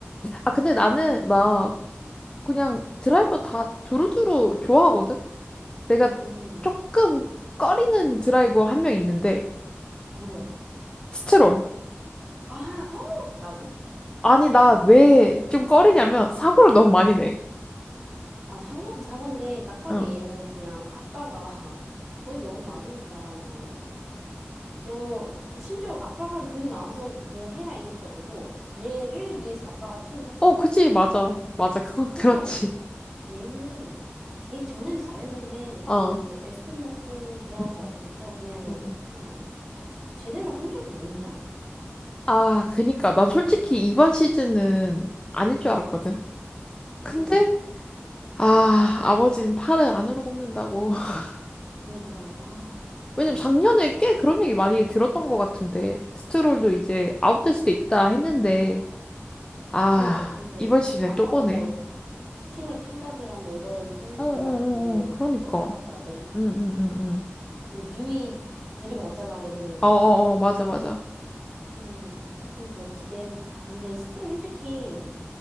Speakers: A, on the left; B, in the centre.
A: 아, 근데 나는 막 그냥 드라이버 다 두루두루 좋아하거든? 내가
B: 음,
A: 조금 꺼리는 드라이버 한 명 있는데,
B: 누구야?
A: 스트롤.
B: 아, 어? 나도.
A: 아니, 나 왜 좀 꺼리냐면, 사고를 너무 많이
B: 어.
A: 내.
B: 아, 사고도 사고인데, 딱 봐도
A: 어.
B: 얘는 그냥 그 아빠가 <laughs> 돈이 너무 많으니까, 그냥, 너, 심지어 아빠가 돈이 많아서 너 해라 이것도 아니고, 얘를 위해서 아빠가 팀을 샀잖아.
A: 어, 그치, 맞아. 맞아, 그건 <laughs> 그렇지.
B: 그러니까 얘는, 얘 전엔 잘했는데,
A: 어.
B: 그 에스턴 마틴 들어가고
A: 음,
B: 나서부터 그냥,
A: 음.
B: 그냥 뭐, 제대로 한 적이 있나?
A: 아, 그니까. 난 솔직히 이번 시즌은 아닐 줄 알았거든. 근데,
B: 응.
A: 아, 아버지는 팔을 안으로 굽는다고. <laughs>
B: 그니까, 아,
A: 왜냐면 작년에 꽤 그런 얘기 많이 들었던 것 같은데. 스트롤도 이제 아웃될 수도 있다 했는데, 아,
B: 그니까. 근데
A: 이번 시즌에
B: 아빠가
A: 또 보네.
B: 뭐 팀을 판다더라 뭐 이런 소문이
A: 어어어어,
B: 돌다가 그게
A: 그러니까.
B: 쏙 들어갔다 하대.
A: 응, 응, 응, 응.
B: 뭐 뉴이 데리고 왔잖아, 레드불에서.
A: 어어어, 맞아, 맞아.
B: 그러면 조금 더 기대해. 보- 아, 근데 스트롤 솔직히 이,